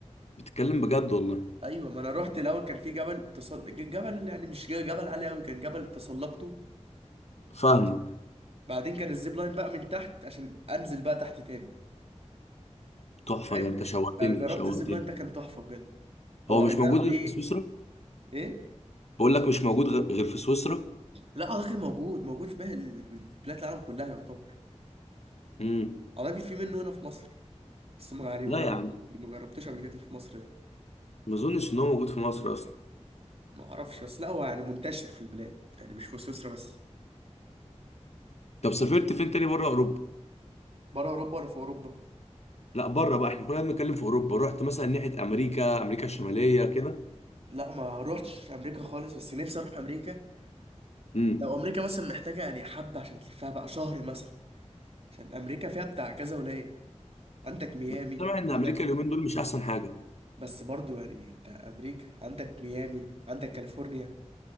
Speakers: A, on the left (about 65°); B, on the right (about 55°).
A: بتتكلم بجد والله
B: ايوه ما انا رحت الاول كان في جبل تصل... جبل يعني مش جبل عالي قوي كان جبل تسلقته
A: فاهمك
B: ماشي بعدين كان الزيب لاين بقى من تحت عشان انزل بقى تحت تاني
A: تحفة
B: فاهم
A: ده انت شوقتني
B: فجربت
A: شوقتني
B: الزيب لاين ده كان تحفه بجد هو
A: هو مش
B: اي نعم
A: موجود غير
B: ايه
A: في سويسرا
B: ايه
A: بقول لك مش موجود غ- غير في سويسرا
B: لا اعتقد موجود موجود في بقى ال- في بلاد العالم كلها يعتبر
A: امم
B: اعتقد في منه هنا في مصر بس ما يعني
A: لا
B: ما
A: يا
B: جربتش
A: عم
B: ما جربتوش قبل كده في مصر ده
A: ما اظنش ان هو موجود في مصر اصلا
B: ما اعرفش بس لا هو يعني منتشر في البلاد يعني مش في سويسرا بس
A: طب سافرت فين تاني بره اوروبا
B: بره اوروبا ولا في اوروبا
A: لا بره بقى احنا كلنا بنتكلم في اوروبا رحت مثلا ناحية امريكا امريكا الشمالية كده
B: لا ما روحتش امريكا خالص بس نفسي اروح امريكا
A: امم
B: لو امريكا مثلا محتاجه يعني حبه عشان تلفها بقى شهر مثلا عشان امريكا فيها بتاع كذا ولايه عندك ميامي
A: بس سامع ان
B: عندك
A: امريكا اليومين دول مش احسن حاجة
B: بس برضو يعني انت امريكا عندك ميامي عندك كاليفورنيا